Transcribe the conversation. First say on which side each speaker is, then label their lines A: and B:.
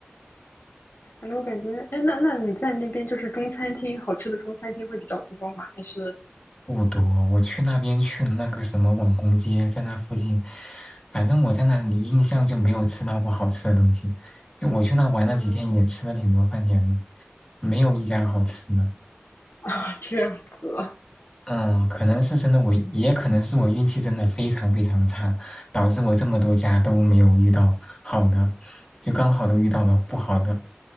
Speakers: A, on the left (about 65°); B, on the left (about 25°).
A: 反正我感觉，哎，那那你在那边就是中餐厅好吃的中餐厅会比较多吗？还是
B: 不多，我去那边去了那个什么网红街，在那附近，反正我在那里印象就没有吃到过好吃的东西。就我去那玩了几天，
A: 啊
B: 也吃了挺多饭店的，没有一家好吃的。
A: 啊这样子啊？
B: 嗯，可能是真的我，也可能是我运气真的非常非常差，导致我这么多家都没有遇到好的，就刚好都遇到了不好的。